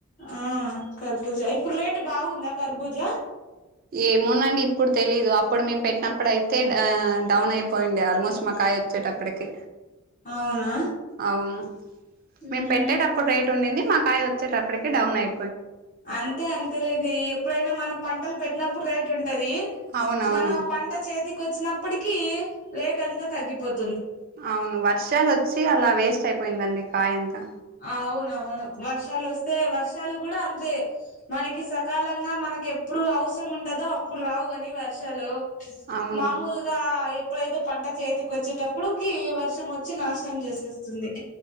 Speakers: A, on the left; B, on the right.
A: ఉమ్ కర్బూజ ఇప్పుడు రేటు బాగుందా కర్బూజ
B: ఏమోనండి ఇప్పుడు తెలీదు అప్పుడు మేము పెట్టినప్పుడు అయితే ఆ డౌన్ అయిపోయిండే ఆల్మోస్ట్ మాకాయలు వచ్చేటప్పడికి
A: అవునా
B: అవును
A: ఉమ్
B: మేము పెట్టేటప్పుడు రేట్ ఉండింది మాకు కాయ వచ్చేటప్పడికి డౌన్ అయి
A: అంతే అంతేలేండి ఎప్పుడైనా మనం పంటలు పెట్టినప్పుడు రేట్ ఉం టది
B: అవునవును
A: మన పంట చేతికి వచ్చినప్పటికి రేట్ అంతా తగ్గిపోతు
B: అవును వర్షాలు వచ్చి అలా వేస్ట్ అయిపోయిందండి కాయంతా
A: అవున్ అవును వర్షాలు వస్తే వర్షాలు కూడా అంతే మనకి సకాలంగా మనకి ఎప్పుడు అ వసరం ఉంటదో అప్పుడు రావు గాని వర్షాలు
B: అవును
A: మామూలుగా ఎప్పుడైతే పంట చేతికి వచ్చేటప్పుడుకి వర్షం వచ్చి నాష్ ష్టం చేసేస్తుంది